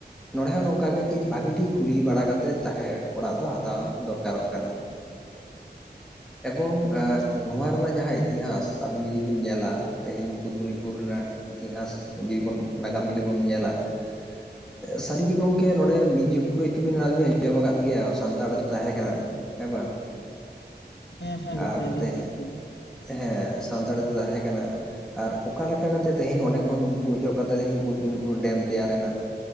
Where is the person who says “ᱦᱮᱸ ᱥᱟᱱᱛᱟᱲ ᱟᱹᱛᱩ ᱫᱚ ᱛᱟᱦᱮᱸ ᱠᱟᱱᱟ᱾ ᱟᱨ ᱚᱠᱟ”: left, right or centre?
Centre